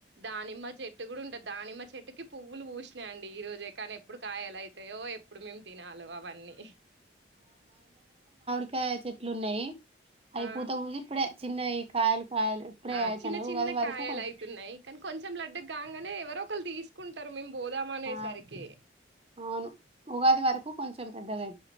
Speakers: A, on the right (about 75°); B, on the right (about 30°).
A: దానిమ్మ చెట్టు కూడా ఉంటది దానిమ్మ చెట్టుకి పువ్వులు పూసినాయండి ఈ రోజే కానీ ఎప్పుడు కాయలు అయ్ తయో ఎప్ ఎప్పుడు మేము తినాలో అవన్నీ
B: వంకాయ చెట్లు ఉన్నాయి అయి
A: ఆ
B: పూత పూసి ఇప్పుడే చిన్నయి కాయలు కాయలు ఇప్పుడే
A: ఆ
B: అయితన్నయి.
A: చిన్న చిన్న
B: ఉగాది వరకు
A: కాయలు
B: కొంచెం
A: అయితున్నయి కానీ కొంచెం లడ్డు కాంగనే ఎవరో కలు తీసుకుంటరు మేము పోదామనే
B: ఆ!
A: సరికి
B: అవును. ఉగాది వరకు కొంచెం పెద్దగై